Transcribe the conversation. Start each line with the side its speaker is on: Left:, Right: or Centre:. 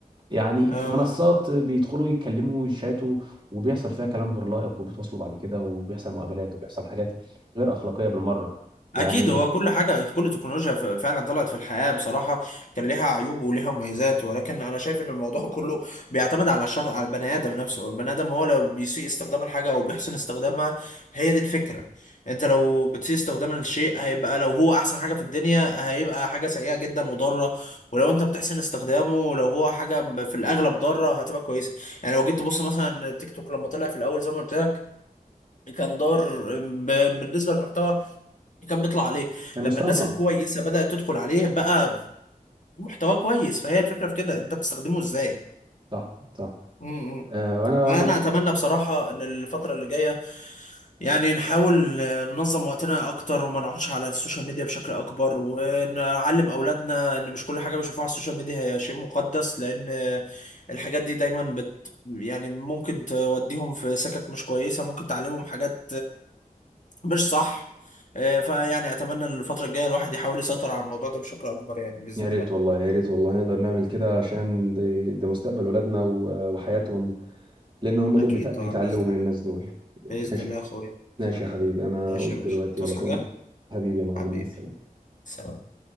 Right: يعني
Left: اه
Right: منصات بيدخلوا يتكلموا ويشاتوا وبيحصل فيها كلام غير لائق وبيتواصلوا بعد كده وبيحصل مقابلات وبيحصل حاجات غير أخلاقية بالمرة
Left: اكيد
Right: يعني
Left: هو كل حاجه كل تكنولوجيا ف- فعلا طلعت في الحياه بصراحه كان ليها عيوب وليها مميزات ولكن انا شايف ان الموضوع <laughs> كله بيعتمد على الشخص على البني ادم نفسه البني ادم هو لو بيسيء استخدام الحاجه او بيحسن استخدامها هي دي الفكره انت لو بتسيء استخدام الشيء هيبقى لو هو احسن حاجه في الدنيا هيبقى حاجه سيئه جدا وضاره ولو انت بتحسن استخدامه لو هو حاجه ب- في الاغلب ضاره هتبقى كويسه يعني لو جيت تبص مثلا التيك توك لما طلع في الاول زي ما قلت لك كان دار ب- بالنسبه للمحتوى كان بيطلع عليه
Right: كان مستنقع
Left: لما الناس الكويسه بدأت تدخل عليه بقى محتوى كويس فهي الفكره في كده انت بتستخدمه ازاي
Right: صح صح
Left: امم
Right: آه، وانا
Left: فانا
Right: انا
Left: اتمنى بصراحه ان الفتره اللي جايه يعني نحاول آه، ننظم وقتنا اكتر وما نقعدش على السوشيال ميديا بشكل اكبر ونعلم اولادنا ان مش كل حاجه بيشوفوها على السوشيال ميديا هي شيء مقدس لان آه، الحاجات دي دايما بت يعني ممكن توديهم في سكك مش كويسه ممكن تعلمهم حاجات مش صح آه، فيعني اتمنى ان الفتره الجايه الواحد يحاول يسيطر على الموضوع ده بشكل اكبر يعني باذن
Right: يا ريت
Left: الله
Right: والله يا ريت والله نقدر نعمل كده عشان ده, ده مستقبل ولادنا و- وحياتهم لان هم
Left: اكيد
Right: دول بيتع... بيتعلموا
Left: طبعا باذن
Right: من
Left: الله
Right: الناس دول
Left: باذن
Right: ماشي
Left: الله يا اخويا
Right: ماشي يا حبيبي انا
Left: ماشي
Right: اقوم
Left: يا باشا
Right: دلوقتي
Left: تصحى
Right: يلا تقوم
Left: حاجه
Right: حبيبي يا معلم
Left: حبيبي
Right: مع السلامة
Left: سلام